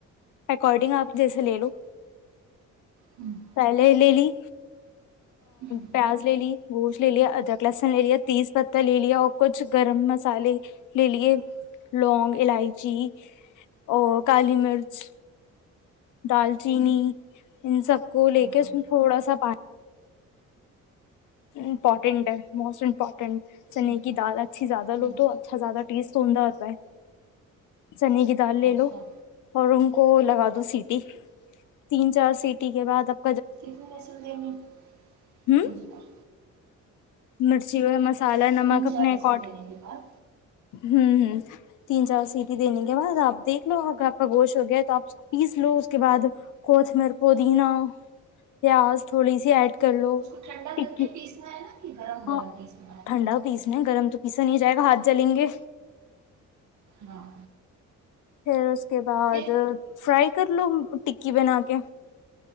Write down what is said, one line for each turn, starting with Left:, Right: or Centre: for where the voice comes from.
Left: اکارڈنگ آپ جیسے لے لو
Right: ہوں
Left: پھلے لےلی
Right: ہوں
Left: پیاز لے لی گوشت لے لیا ادرک لہسن لے لیا تیز پتہ لے لیا اور کچھ گرم مسالے لے لیے لونگ الائچی اور کالی مرچ دال چینی ان سب کو لے
Right: ہاں
Left: کے اس تھوڑا سا پانی امپورٹینٹ ہے موسٹ امپورٹینٹ چنے
Right: ہوں
Left: کی دال اچھی زیادہ لو
Right: ہوں
Left: تو اچھا زیادہ ٹیسٹ توندہ ہوتا ہے چنے کی جال لے
Right: اچھا
Left: لو اور کو لگا دو سیٹی تین چار سیٹی کے بعد ا
Right: سف نسل د میں
Left: ہوں
Right: تین چار
Left: مرچی ہو مسالہ نمک
Right: تین
Left: اپنے
Right: چار
Left: ایکٹ
Right: ویسل دینے کے بعد
Left: ہوں ہ تین چار سیٹی دینے کے بعد آپ دیکھ لو اگر آ کا گوش ہو گیا تو آپ اس پیس لو اس کے بعد کوتھمیر پودینہ پیاز تھوڑی سی ایڈ کر لو
Right: اس کو ٹھنڈا
Left: ٹکی
Right: کر پیسنا ہے نا کہ گرم
Left: ہاں
Right: گرم پیسنا ہے
Left: ٹھنڈا پیسنا ہے گرم تو پیسا نہیں جائے گا ہاتھ جلیں گے
Right: ہاں
Left: پھر اس کے بعد
Right: پھر
Left: فرائی کر لو ٹکی بنا کے